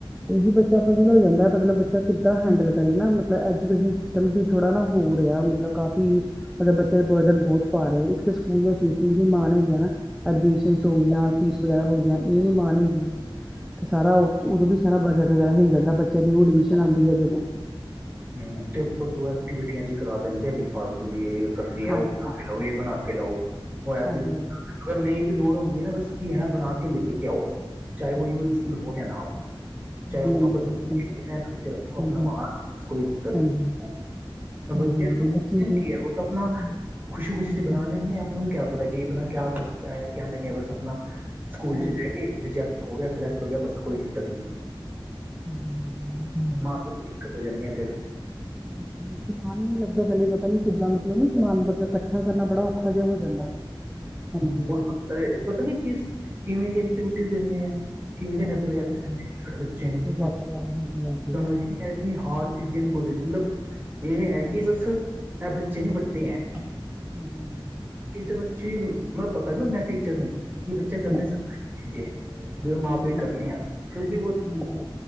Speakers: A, in the centre; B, on the right (about 25°).
A: ਇਹੀ ਬੱਚਾ ਫਜ਼ਲ ਹੋ ਜਾਂਦਾ, ਮਤਲਬ ਬੱਚਾ ਕਿੱਦਾਂ ਹੈਂਡਲ ਕਰੇ ਨਾ, ਮਤਲਬ ਐਜੂਕੇਸ਼ਨ ਸਿਸਟਮ ਵੀ ਥੋੜਾ ਨਾ ਹੋ ਰਿਹਾ, ਮਤਲਬ ਕਾਫੀ ਮਤਲਬ ਬੱਚਿਆਂ ਤੇ ਬਰਡਨ ਬਹੁਤ ਪਾ ਰਹੇ, ਇੱਕ ਤੇ ਸਕੂਲ ਦੀਆਂ ਫੀਸੀਸ ਨੀ ਮਾਣ ਹੈਗਿਆ ਨਾ। ਐਡਮਿਸ਼ਨ ਚ ਹੋਈਆਂ ਫੀਸ ਵਗੈਰਾ ਹੋ ਗਈਆਂ ਇਹ ਨੀ ਮਾਣ ਹੈਗੀਆਂ। ਤੇ ਸਾਰਾ ਉਦੋਂ ਵੀ ਸਾਰਾ ਬਜਟ ਵਗੈਰਾ ਹਿਲ ਜਾਂਦਾ ਬੱਚਿਆਂ ਦੀ ਐਡਮਿਸ਼ਨ ਆਉਂਦੀ ਹੈ ਜਦੋਂ।
B: ਹਮ ਤੇ ਉੱਪਰ ਤੋਂ ਐਕਟੀਵਿਟੀਆਂ ਜੀ ਕਰਾ ਦਿੰਦੇ ਆ ਬਿਨ ਫਾਲਤੂ ਜੀ। ਕਰਨੀ ਆ
A: ਹਾਂਜੀ
B: ਉਹ
A: ਹਾਂਜੀ
B: ਖ ਕੇ ਲਓ
A: ਹਾਂਜੀ
B: ਇਹ ਬਣਾ ਕੇ ਲਓ ਉਹ ਐਸੇ।
A: ਹਾਂਜੀ
B: ਅਗਰ
A: ਹਾਂਜੀ
B: ਨਹੀਂ ਵੀ ਲੋੜ ਹੁੰਦੀ ਨਾ ਬਸ ਹੈ ਬਣਾ ਕੇ ਲੈ ਕੇ ਆਓ ਬਸ। ਚਾਹੇ ਉਹ ਯੂਜਫੁਲ
A: ਹਾਂਜੀ
B: ਹੋ ਜਾ ਨਾ ਹੋ
A: ਹਾਂਜੀ
B: ਚਾਹੇ
A: ਹਾਂਜੀ
B: ਵਾਪਸ
A: ਸਹੀ ਗੱਲ।
B: ਦੇ ਨਾ ਖਰਚੇ ਰੱਖੋ।
A: ਹਾਂਜੀ
B: ਵਹਾਂ ਹਸ ਕੋਈ ਦਿੱਕਤ
A: ਹਾਂਜੀ
B: ਨਹੀਂ
A: ਹਾਂਜੀ
B: ਬੱਚਿਆਂ
A: ਹਾਂਜੀ ਹਾਂਜੀ, ਬੱਚੇ
B: ਕੀ ਹੈ ਉਹ ਤਾਂ ਆਪਣਾ।
A: ਹਾਂਜੀ
B: ਖੁਸ਼ੀ ਖੁਸ਼ੀ ਚ ਬਣਾ
A: ਹਾਂਜੀ
B: ਲੇੰਦੇ ਹੈ ਉਹਨਾਂ ਨੂੰ ਕਿਆ ਪਤਾ ਕਿ ਇਹ ਆਪਣਾ
A: ਬਣਾ ਲੈਣਾ।
B: ਕਿਆ ਕਰ। ਹੈ ਕਿਆ ਨਹੀਂ ਹੈ ਬਸ ਆਪਣਾ ਸਕੂਲ ਚ
A: ਹਾਂਜੀ
B: ਜਾਹਿ ਕੇ ਰਿਜੈਕਟ ਹੋ ਗਿਆ ਸਿਲੈਕਟ ਹੋ ਗਿਆ ਬਸ ਕੋਈ ਦਿੱਕਤ ਨਹੀਂ।
A: ਹਮ ਹਮ ਹਮ।
B: ਮਾਂ ਪਿਓ ਨੂੰ ਦਿੱਕਤ ਹੋ ਜਾਂਦੀ ਹੈ ਫਿਰ।
A: ਹਮ। ਸਮਾਨ ਹੀ ਨੀ ਲੱਭਦਾ ਪਹਿਲੇ ਪਤਾ ਨੀ ਕਿੱਦਾਂ ਮਤਲਬ ਨਾ ਸਮਾਨ ਇਕੱਠਾ ਕਰਨਾ ਬੜਾ ਔਖਾ ਜਿਹਾ ਹੋ ਜਾਂਦਾ।
B: ਹੋਰ
A: ਹਾਂਜੀ।
B: ਪਤਾ ਪਤਾ ਨੀ ਕਿਸ ਕਿਵੇਂ ਦੀ ਐਕਟੀਵਿਟੀ ਦੇਨੇ ਐ। ਕਿਵੇਂ ਦੇ ਦਿੰਦੇ
A: ਹਾਂਜੀ
B: ਨੇ ਪ੍ਰੋਜੈਕਟ
A: ਹਾਂਜੀ
B: ਸਾਡੇ ਬੱਚਿਆਂ
A: ਪ੍ਰੋਜੈਕਟ ਵਗੈਰਾ ਹਾਂਜੀ ਹਾਂਜੀ
B: ਨੂੰ। ਇਤਨੀ ਹਾਰਡ ਚੀਜ਼ੇ ਨੂੰ ਕੋਦੇ ਮਤਲਬ ਇਵੇਂ ਹੈ
A: ਹਾਂਜੀ
B: ਕਿ ਬਸ ਬੱਚੇ ਨੀ ਵੱਡੇ ਹੈ।
A: ਹਾਂਜੀ ਹਾਂਜੀ।
B: ਟੀਚਰ ਨੂੰ ਬੱਚੇ ਮੈ ਪਤਾ ਨਹੀ ਹੁੰਦਾ ਕਿ ਟੀਚਰ ਹੂੰ ਕੀ ਬੱਚਾ ਕਰ
A: ਹਾਂਜੀ
B: ਨਹੀਂ ਸਕਦਾ। ਵੀ ਮਾਂ ਪਿਓ
A: ਹਾਂਜੀ
B: ਕਰਨੇ ਆ ਫਿਰ ਵੀ ਉਹ
A: ਹਾਂਜੀ,